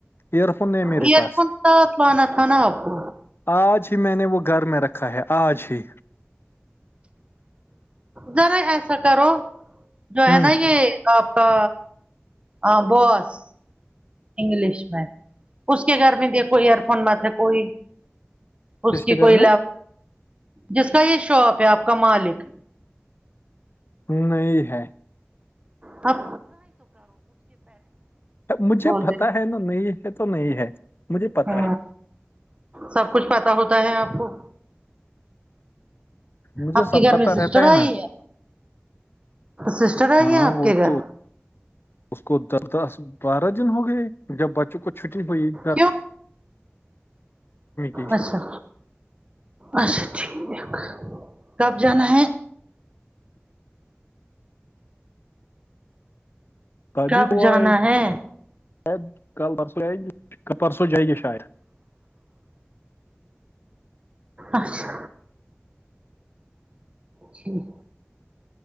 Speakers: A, on the left; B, on the right.
A: ایئر فون نہیں میرے
B: ایئر
A: پاس
B: فون ساتھ لانا تھا نا آپ کو
A: آج ہی میں نے وہ گھر میں رکھا ہے آج ہی
B: ذرا ایسا کرو جو
A: ہوں
B: ہے نا یہ آپ کا ہاں بس انگلش میں اس کے گھر میں دیکھو ایئر فون مت ہے کوئی اس
A: کس
B: کی
A: کے
B: کوئی
A: گھر میں
B: جس کا یہ شاپ ہے آپ کا مالک
A: نہیں ہے
B: اب
A: مجھے
B: بولتے
A: پتی ہے نا نہیں ہے تو نہیں ہے مجھے پتا
B: ہاں
A: ہے
B: سب کچھ پتا ہوتا ہے آپ کو
A: مجھے
B: آپ
A: سب
B: کے گھر
A: پتا
B: میں سسٹر
A: رہتا
B: آئی
A: نا
B: ہے سسٹر آئی
A: ہاں
B: ہے آپ
A: وہ
B: کے گھر
A: تو اس کو دس دس بارہ دن ہو گئے جب بچوں کو چھٹی ہوئی گ
B: کیوں
A: کی
B: اچھا اچھا ٹھیک کب جانا ہے
A: ابھی
B: کب
A: وہ
B: جانا
A: آے
B: ہے
A: کل پرسوں جائے گے پرسوں جائے گے شاید
B: اچھا جی